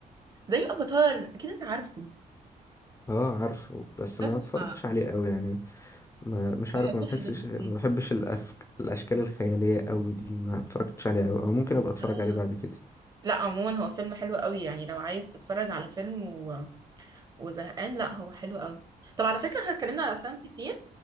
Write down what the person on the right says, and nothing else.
زي افاتار اكيد انت عارفه
بس
ف
بحب
الحاجات
دي
آه.
لا عموما هو فيلم حلو قوي يعني لو عايز تتفرج على فيلم و... وزهقان لا هو حلو قوي طب على فكره احنا اتكلمنا على افلام كتير